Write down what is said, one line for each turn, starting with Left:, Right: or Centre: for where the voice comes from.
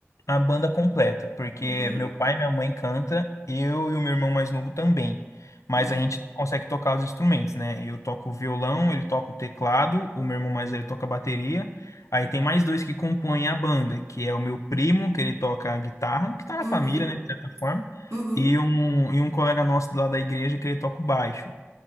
Left: a banda completa, porque
Right: Uhum,
Left: meu pai e minha mãe canta, eu e o meu irmão mais novo também. Mas
Right: uhum,
Left: a gente consegue tocar os instrumentos, né? Eu toco o violão, ele toca o teclado, o meu irmão mais velho toca a bateria. Aí tem mais dois que compõem a banda, que é o meu primo, que ele toca a guitarra, que tá na
Right: uhum,
Left: família, né, de certa forma,
Right: uhum.
Left: e um, e um colega nosso lá da igreja que ele toca o baixo.